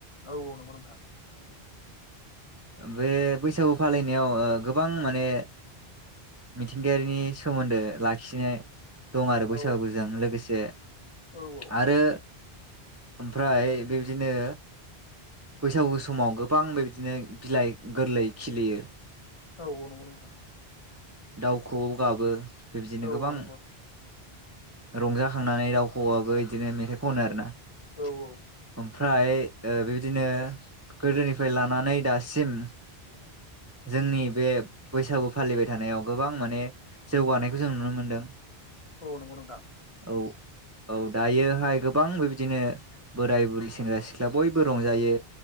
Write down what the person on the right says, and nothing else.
बे बैसागु फालिनायाव गो बां माने मिथिंगायारिनि सोमोन्दो लाखिनाय दं आरो बैसागुजों
लोगोसे
आरो ओमफ्राय बेबायदिनो बैसागु समाव गोबां बेबायदिनो बिलाइ गोरलै खिलियो
दाउखोवौ गाबो। बेबायदिनो
गोबां
रंजाखांनानै रावखोवौआबो बिदिनो मेथाइ खनो आरोना?
ओमफ्राय बेबाय बिदिनो गोदोनिफ्राय लानानै दासिम जोंनि बे बैसागु फालिबाय थानायाव गोबां माने जौगानायखौ जों नुनो मोनदों।
औ औ दायोहाय गोबां बिदिनो बोराय बुरि सेंग्रा सिख्ला बयबो रंजायो।